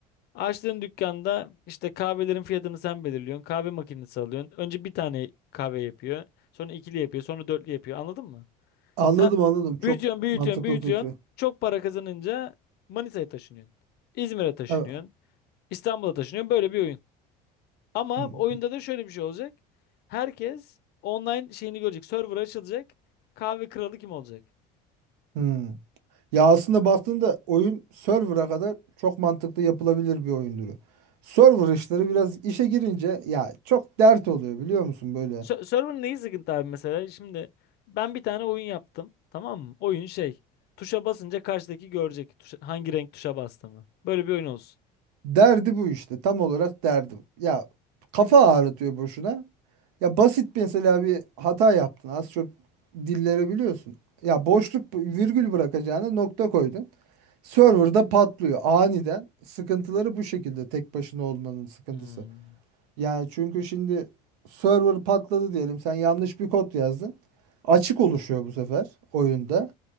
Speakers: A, on the left; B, on the right.
A: Açtığın dükkanda işte kahvelerin fiyatını sen belirliyorsun. Kahve makinesi alıyorsun. Önce bir tane kahve yapıyor. Sonra ikili yapıyor. Sonra dörtlü yapıyor. Anladın mı?
B: Anladım
A: Sen
B: anladım. Çok
A: büyütüyorsun, büyütüyorsun,
B: mantıklı
A: büyütüyorsun.
B: fikri.
A: Çok para kazanınca Manisa'ya taşınıyorsun. İzmir'e taşınıyorsun.
B: Evet.
A: İstanbul'a taşınıyorsun. Böyle bir oyun. Ama
B: Hmm.
A: oyunda da şöyle bir şey olacak. Herkes online şeyini görecek. Server açılacak. Kahve kralı kim olacak?
B: Hmm. Ya aslında baktığında oyun server'a kadar çok mantıklı yapılabilir bir oyun türü. Server işleri biraz işe girince ya çok dert oluyor biliyor musun böyle.
A: Sö- Server'ın neyi sıkıntı abi mesela? Şimdi ben bir tane oyun yaptım. Tamam mı? Oyun şey. Tuşa basınca karşıdaki görecek. tuşa- hangi renk tuşa bastığımı. Böyle bir oyun olsun.
B: Derdi bu işte. Tam olarak derdi. bu. Ya kafa ağrıtıyor boşuna. Ya basit mesela bir hata yaptın. Az çok dilleri biliyorsun. Ya boşluk virgül bırakacağına nokta koydun. Server'da patlıyor aniden. Sıkıntıları bu şekilde tek başına olmanın sıkıntısı.
A: Hmm.
B: Yani çünkü şimdi server patladı diyelim. Sen yanlış bir kod yazdın. Açık oluşuyor bu sefer oyunda.